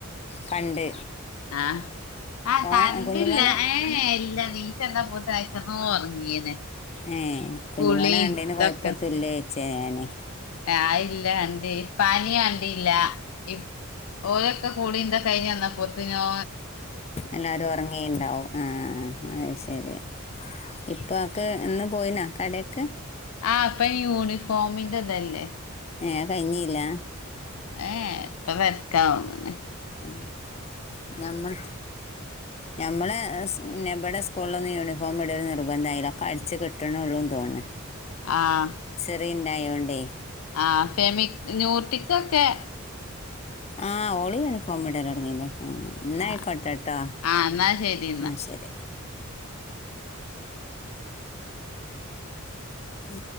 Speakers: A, on the left (about 30°); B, on the left (about 80°).
A: കണ്ട്
B: ആഹ് ആഹ്
A: ഓന
B: കണ്ടില്ല
A: കുഞ്ഞുമോനെ
B: ഏഹ് ഇ ഇല്ല നീച്ചന്നപ്പോ <unintelligible> ഒർങ്ങിണ്
A: ഏ കുഞ്ഞുമോനെ
B: കൂളി
A: കണ്ടതിന്
B: ഇതൊകെ
A: കുഴപ്പത്തില്ലേ ചേനെ
B: ആയില്ല കണ്ടി പാനി കണ്ടില്ല. ഇപ് ഓരൊക്കെ കൂടിന്ത കഴിഞ് വന്ന പോത്തിനോ
A: എല്ലാരും ഉറങ്ങിണ്ടാവും. ആഹ് അഹ് ശരി ഇപ്പാക്ക് ഇന്ന് പോയിനാ കടേക്ക്?
B: ആഹ് ഇപ്പയ്ന് യൂണിഫോമിന്റെ ഇതല്ലേ.
A: ഏഹ് അഹ് കഴിഞ്ഞില്ല?
B: ഏഹ് <unintelligible>
A: ഉം ഞമ്മൾ ഞമ്മളെ എസ് നബടെ സ്കൂളിലൊന്നും യൂണിഫോം ഇടൽ നിർബന്ധായില്ല. ഒക്കെ അടിച്ച് കിട്ടിണൊള്ളു തോന്നുണു
B: ആഹ്
A: <unintelligible>
B: ആഹ് ഫെമി ന്യുയൂട്ടിക്കൊക്കെ
A: ആഹ് ഓള് യൂണിഫോം ഇടല് തൊട്ങ്ങില്ലേ ആഹ് എന്നാ
B: ആഹ്
A: ആയികൊട്ടോട്ടോ.
B: ആഹ് എന്നാ ശരി
A: എന്നാ ശരി ഉം